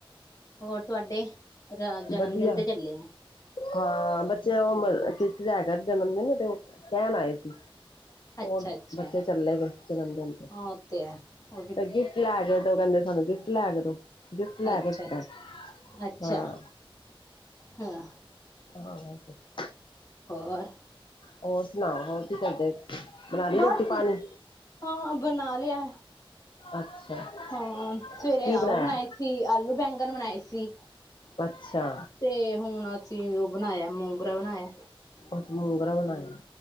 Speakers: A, on the left; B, on the left.
A: ਹੋਰ ਤੁਹਾਡੇ ਰ- ਜਨਮ
B: ਵਧੀਆ,
A: ਦਿਨ ਤੇ ਚੱਲੇ ਆ
B: ਹਾਂ, ਬੱਚੇ ਉਮਰ
A: ਅੱਛਾ
B: ਕੀ ਕਲ ਹੈਗਾ ਜਨਮ ਦਿਨ, ਤੇ ਉਹ ਕਹਿਣ ਆਏ ਸੀ।
A: ਅੱਛਾ
B: ਹੋਰ,
A: ਅੱਛਾ ਅੱਛਾ
B: ਬੱਚੇ ਚੱਲੇ ਗਏ ਜਨਮ ਦਿਨ ਤੇ,
A: ਹਾਂ ਉਹ ਤੇ ਹੈ ਹੋਰ
B: ਪੈਗੀ। ਗਿਫਟ ਲੈ ਕੇ ਦੋ, ਕਹਿੰਦੇ ਸਾਨੂੰ ਗਿਫਟ ਲੈ ਕੇ ਦੋ, ਗਿਫਟ
A: ਅੱਛਾ
B: ਲੈ
A: ਅੱਛਾ
B: ਕੇ ਦਿੱਤਾ
A: ਅੱਛਾ,
B: ਹਾਂ
A: ਹਾਂ।
B: <unintelligible>
A: ਹੋਰ
B: ਹੋਰ ਸੁਣਾਓ, ਹੋਰ ਕੀ ਕਰਦੇ। ਬਣਾ ਲਈ
A: ਬਸ,
B: ਰੋਟੀ ਪਾਣੀ
A: ਹਾਂ ਬਣਾ ਲਿਆ।
B: ਅੱਛਾ
A: ਹਾਂ, ਸਵੇਰੇ
B: ਕੀ
A: ਆਓ
B: ਬਣਾਇਆ
A: ਬਣਾਏ ਸੀ, ਆਲੂ ਬੈਂਗਣ ਬਣਾਏ ਸੀ।
B: ਅੱਛਾ।
A: ਤੇ ਹੁਣ ਅਸੀਂ, ਉਹ ਬਣਾਇਆ, ਮੂੰਗਰਾ ਬਣਾਇਆ
B: ਤੇ ਮੂੰਗਰਾ ਬਣਾਇਆ,